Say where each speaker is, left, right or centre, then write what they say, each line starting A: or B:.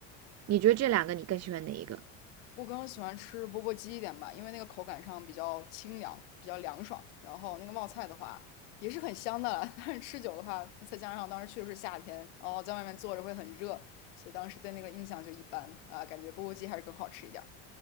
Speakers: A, on the right; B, on the left.
A: 你觉得这两个你更喜欢哪一个？
B: 我更喜欢吃钵钵鸡一点吧，因为那个口感上比较清凉，比较凉爽。然后那个冒菜的话也是很香的啦 <laughs> 但是吃久的话，再加上当时去的是夏天，然后在外面坐着会很热，所以当时对那个印象就一般啊，感觉钵钵鸡还是更好吃一点。